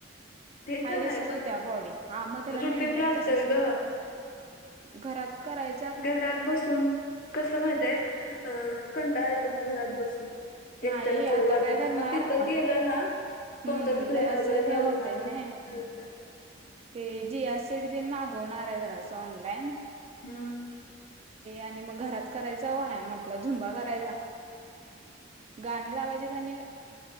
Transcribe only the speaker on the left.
ते
तर आहे
पण
रुटीन
लागतय
ग
घरात बसून कसं माहितीये अ कंटाळा येतो म घरात बसून.
एकट्याला
करू वाटत
नाही म तिथं
गेलं ना कोणतरी
फ्रेंड
वगैरे
झाली
ना मग
येतं.
हम्म.